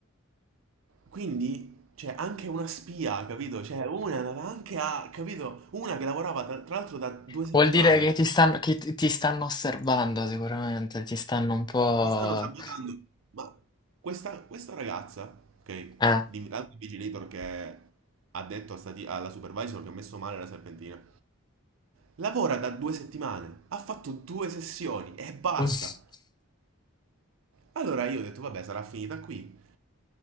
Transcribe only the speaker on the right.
Quindi c'è anche una spia, capito? Cioè, una andava anche a, capito? Una che lavorava tra, tra l'altro da due settimane.
Mi stanno sabotando. Ma questa, questa ragazza, ok?
di- L'altro vigilator che ha detto a sta ti- alla supervisor che ha messo male la serpentina. Lavora da due settimane, ha fatto due sessioni e basta.
Allora io ho detto, vabbè, sarà finita qui.